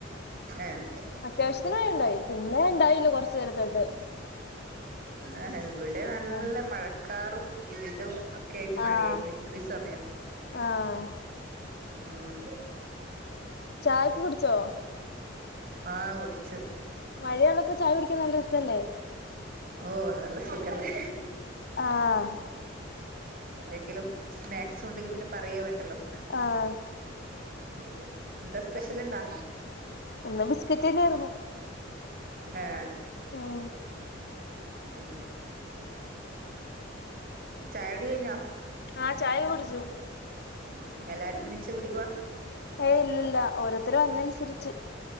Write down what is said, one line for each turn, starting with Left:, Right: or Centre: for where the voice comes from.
Right: ഏഹ്
Left: അത്യാവശ്യത്തിന് ഇണ്ടായി പിന്നെ ഇണ്ടായില്ല കൊറച്ചരത്തെക്ക്
Right: ഏഹ് ഇവിടെ നല്ല
Left: ആ
Right: മഴക്കാറും ഇരിടും ഒക്കെ ആയിട്ട്
Left: ആഹ്
Right: മഴയായി നിക്കാ ഒരി സമയം
Left: ആഹ്
Right: ഉം
Left: ചായൊക്കെ കുടിച്ചോ
Right: ആഹ് കുടിച്ച്
Left: മഴയുള്ളപ്പോ ചായ കുടിക്കാൻ നല്ല രസല്ലേ?
Right: ഓ നല്ല സുഖല്ലേ?
Left: ആഹ്
Right: എന്തെങ്കിലും സ്നാക്സ് ഉണ്ടെങ്കില് പിന്നെ പറയേ വേണ്ടല്ലോ
Left: ആഹ്
Right: ഉം എന്താ സ്പെഷ്യല് ഇണ്ടാ?
Left: ഇന്ന് ബിസ്ക്കറ്റ് തന്നെയായിരുന്നു
Right: ഏഹ്
Left: ഉം
Right: ഉം ചായടി കഴിഞ്ഞോ?
Left: ആഹ ചായക്കെ കുടിച്ചു
Right: ഉം എല്ലാരും ഒന്നിച്ചു കുടിക്കുവാ?
Left: ഏയ് ഇല്ല ഓരോത്തരും വര്നനുസരിച്ച്